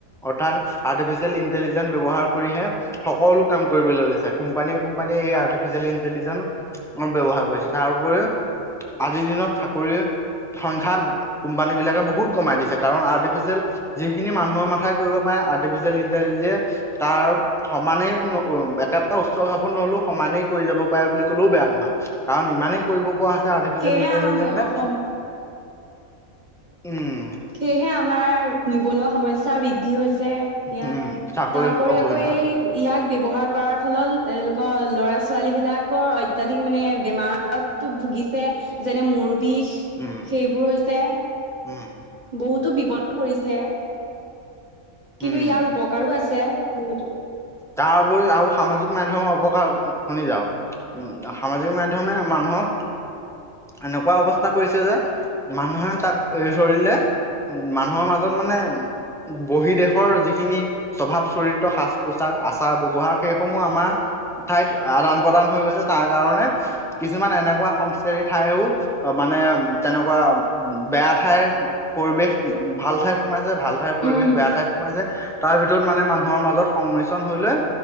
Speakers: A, in the centre; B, on the right (about 35°).
A: অৰ্থাৎ আৰ্টিফিচিয়েল ইণ্টেলিজেঞ্চ ব্যৱহাৰ কৰিহে সকলো কাম কৰিবলৈ লৈছে, কোম্পানীয়ে কোম্পানীয়ে এই আৰ্টিফিচিয়েল ইণ্টেলিজেনঞ্চ ব্যৱহাৰ কৰিছে। তাৰ উপৰিও আজিৰ দিনত চাকৰি সংখ্য কোম্পানী বিলাকে বহুত কমাই দিছে, কাৰণ আৰ্টিফিচিয়েল যিখিনি মানুহৰ মথাই কৰিব পাৰে আৰ্টিফিচিয়েল ইন যে তাৰ সমানেই একেবাৰে উচ্চ খাপৰ নহলেও সমানেই কৰি যাব পাৰে বুলি কলেও বেয়া নহয়, কাৰণ ইমানেই কৰিব পৰা হৈছে আৰ্টিফিচিয়েল
B: সেয়েহে
A: ইন্টেলিজেঞ্চে
B: আমাৰ অসম
A: উম
B: সেয়েহে আমাৰ নিবনুৱা সমস্যা বৃদ্ধি হৈছে ইয়াত,
A: উম চাকৰি
B: তাৰ উপৰি
A: অসুবিধা
B: আকৌ এই
A: হয়।
B: ইয়াক ব্যৱহাৰ কৰাৰ ফলত এলোকৰ ল'ৰা ছোৱালী বিলাকৰ অত্যধিক মানে বেমাৰ ভুগিছে, যেনে মুৰ বিষ
A: উম
B: সেইবোৰ হৈছে
A: উম
B: বহুতো বিপদ পৰিছে,
A: উম
B: কিন্তু ইয়াৰ উপকাৰো আছে বহুতো।
A: তাৰ উপৰি আৰু সামাজিক মাধ্যমৰ অপকাৰ শুনি যাওঁ উ সামাজিক মাধ্যমে মানুহক এনেকুৱা অৱস্থা কৰিছে যে, মানুহে তাক এই চৰিলে উ মানুহৰ মাজত মানে বহি দেশ যিখিনি স্বভাৱ চৰিত্ৰ সাজ পোছাক আচাৰ ব্যৱহাৰ সেইসমূহ আমাৰ ঠাইত আদান প্ৰদান হৈ গৈছে, তাৰ কাৰণে কিছুমান এনেকুৱা সংস্কৃতিৰ ঠাইও মানে তেনেকুৱা বেয়া ঠাই পৰিৱেশ ভাল ঠাইত সোমাইছে ভাল ঠাইৰ পৰিৱেশ
B: উম,
A: বেয়া ঠাইত সোমাইছে তাৰ ভিতৰত মানে মানুহৰ মাজত সংমিশ্ৰণ হৈ লৈ